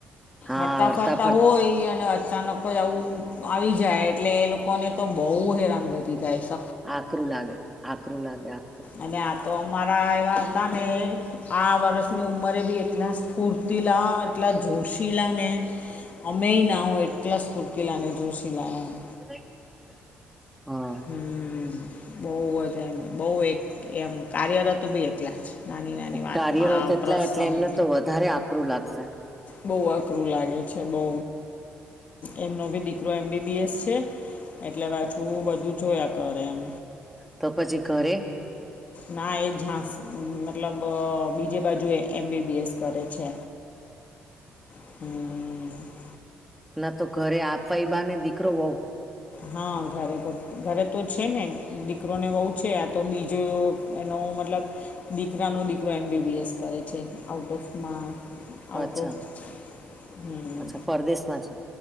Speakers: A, in the centre; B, on the left.
A: હા
B: હરતા-ફરતા
A: હરતા ફર
B: હોય અને અત અચાનક જ આવું આવી જાય એટલે એ લોકોને તો બહુ હેરાનગતિ થાય. સ
A: આકરું લાગે, આકરું લાગે, હા.
B: અને આપ તો અમારા આવ્યા હતા ને આ વર્ષની ઉંમરે બી એટલા સ્ફૂર્તિલા આટલા જોશીલા ને અમેય ના હોય એટલા સ્ફૂર્તિલા ને જોશીલા એમ.
A: <inaudible> હા
B: હમ્મ. બહુ જ એમ બહુ એક એમ કાર્યરત બી એટલા જ. નાની નાની વાતમાં
A: કાર્યરત
B: આ
A: એટલા
B: પ્રસંગ
A: એટલે એમને તો વધારે આકરું લાગશે.
B: બહું અઘરું લાગે છે બઉ, એમનો ભી દીકરો એમ બી બી એસ છે. એટલે પાછું બધું જોયા કરે એમ.
A: તો પછી ઘરે?
B: ના. એઝાસ મતલબ અહ બીજે બાજુ એ એમ બી બી એસ કરે છે. હમ્મ.
A: ના તો ઘરે આપવાય બહાને દીકરો બહુ
B: હા ઘરે ત ઘરે તો છે ને, દીકરોને વહુ છે. આ તો બીજો એનો મતલબ દીકરાનો દીકરો એમ બી બી એસ કરે છે, આઉટ ઓફ માં આઉટ
A: અચ્છા
B: ઓફ હમ્મ.
A: અચ્છા પરદેશમાં છે